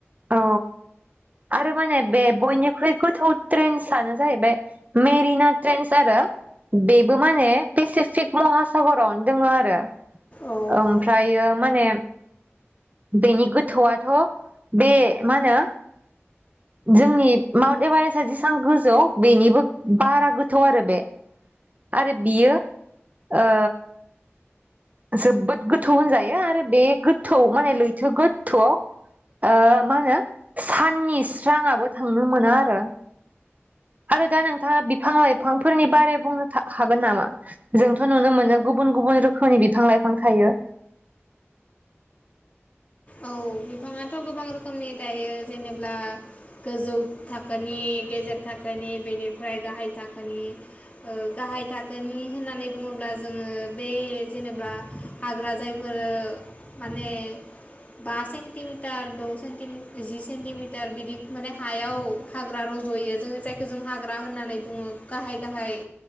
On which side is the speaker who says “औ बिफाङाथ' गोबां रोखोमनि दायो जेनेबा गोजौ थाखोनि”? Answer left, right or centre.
Left